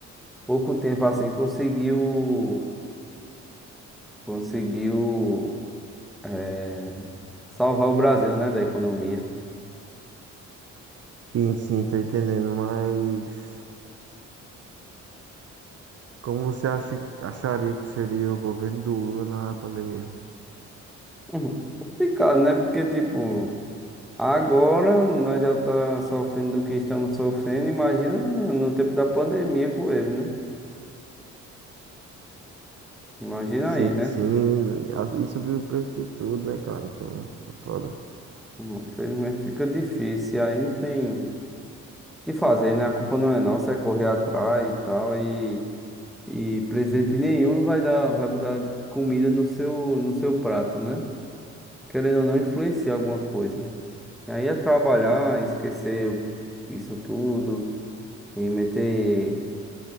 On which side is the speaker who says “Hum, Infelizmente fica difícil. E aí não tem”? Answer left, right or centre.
Centre